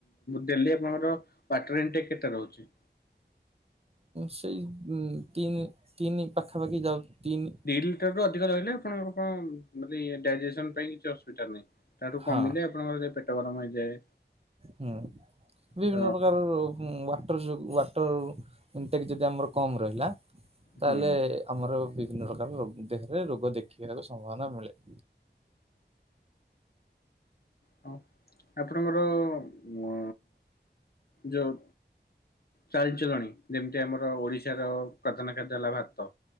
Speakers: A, on the left (about 55°); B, on the right (about 35°).
A: ଡେଲି ଆପଣଙ୍କର ୱାଟର ଇନଟେକ୍ କେତେ ରହୁଚି?
B: ସେଇ ତିନି ତିନି ପାଖାପାଖି ଯାଉଚି ତିନି।
A: ଦୁଇ ଲିଟରରୁୁ ଅଧିକ ରହିଲେ ଆପଣ ଆପଣ ମୁଁ କହିଲି ଡାଇଜେସନ ପାଇଁ କିଛି ଅସୁବିଧା ନାଇଁ ତାଠୁ
B: ହଁ
A: କମିଲେ ଆପଣଙ୍କର ପେଟ ଗରମ ହେଇଯାଏ।
B: ହୁଁ ବିଭିନ୍ନ
A: ତ
B: ପ୍ରକାର ବା ୱାଟର ଯୋଗୁ ୱାଟର ଇନଟେକ୍ ଯଦି ଆମର କମ୍ ରହିଲା
A: ହୁଁ।
B: ତାହେଲେ ଆମର ବିଭିନ୍ନ ପ୍ରକାର ଦେହରେ ରୋଗ ଦେଖିବାକୁ ସମ୍ଭାବନା ମିଳେ।
A: ହଁ ଆପଣଙ୍କର ଅ ଯୋଉ ଚାରି ଚରୋଣି ଯେମିତି ଆମର ଓଡିଶାର ପ୍ରଧାନ ଖାଦ୍ୟ ହେଲା ଭାତ।